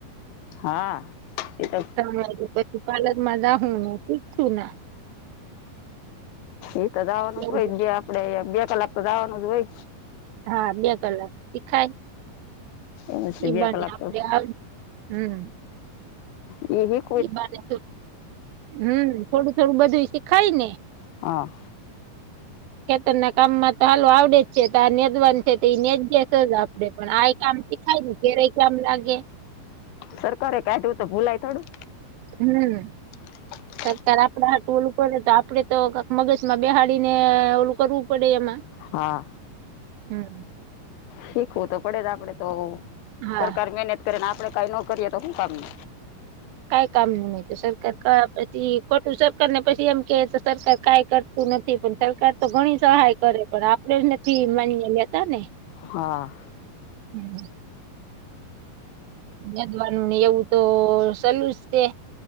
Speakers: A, on the left; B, on the right.
A: હા એ તો
B: ત્રણ વાગે તપાલર મજા હો શું છું ના
A: એ તો દાવાનું
B: એવું
A: જ હોય
B: બધું.
A: જે આપડે બે કલાક તો દાવાનું જ હોય
B: હા બે કલાક શીખાય
A: એમ છે
B: ઈ
A: બે
B: બને
A: કલાક
B: આપણે
A: તો
B: હમ
A: હ
B: ને હમ થોડું થોડું બધું શીખાય ને
A: હા
B: ખેતર ના કામમાં તો હાલો આવડે જાય તે આ નેદવાનુ તે તો નેદજે. તો આપડે પણ આઈ કામથી ખાય ને ધેરય કે આમ લાગે.
A: સરકારે કાઢું તો ભૂલાય થોડું.
B: હમ.
A: હ <inaudible>
B: સરકારે આપણા હાટું ઓલું કરે તો આપડે તો કાક મગજ માં બેહાડીને અ ઓલું કરવું પડે એમાં
A: હા
B: હમ
A: શીખવું તો પડે જ આપડે તો.
B: હા
A: સરકાર મહેનત કરે ને આપણે કઈ ના કરીએ તો હું કામ નુ.
B: કઈ કામ નુ હોય સરકાર કયાં પછી ખોટું સરકાર ને પછી એમ કે તો સરકાર કઈ કર તુ નથી પણ સરકાર તો ઘણી સહાય કરે પણ આપડે જ નથી માનીય લેતા ને.
A: હા.
B: હમ. નેદવાનુ એવું તો સેલુંજ છે.